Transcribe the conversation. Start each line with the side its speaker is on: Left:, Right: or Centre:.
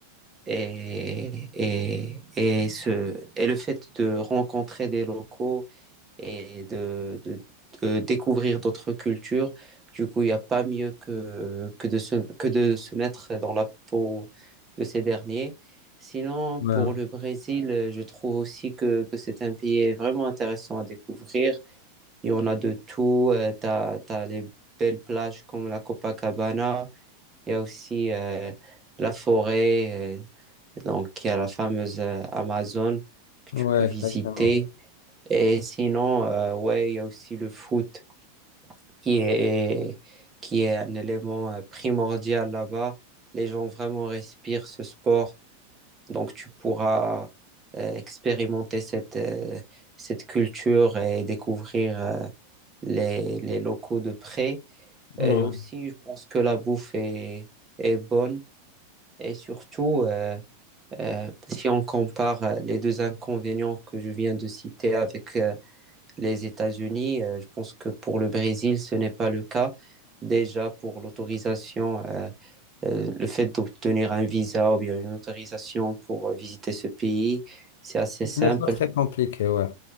Right: Et, et, et, ce, et le fait de rencontrer des locaux et de, de, de découvrir d'autres cultures, du coup, il n'y a pas mieux que, que, de se, que de se mettre dans la peau de ces derniers. Sinon,
Left: Ouais,
Right: pour le Brésil, je trouve aussi que, que c'est un pays vraiment intéressant à découvrir. Il y en a de tout. Euh, tu as, les belles plages comme la Copacabana. Il y a aussi euh, la forêt. Euh, donc, il y a la fameuse euh, Amazon que tu
Left: ouais,
Right: peux visiter.
Left: exactement.
Right: Et sinon, euh, ouais, il y a aussi le foot qui est, qui est un élément euh, primordial là-bas. Les gens vraiment respirent ce sport. Donc, tu pourras euh, expérimenter cette, euh, cette culture et découvrir euh, les, les locaux de près.
Left: Ouais.
Right: Et aussi, je pense que la bouffe est, est bonne. Et surtout, euh, Euh, si on compare euh, les deux inconvénients que je viens de citer avec euh, les États-Unis, euh, je pense que pour le Brésil, ce n'est pas le cas. Déjà, pour l'autorisation, euh, euh, le fait d'obtenir un visa ou bien une autorisation pour euh, visiter ce pays, c'est assez simple.
Left: Ce n'est pas très compliqué, ouais.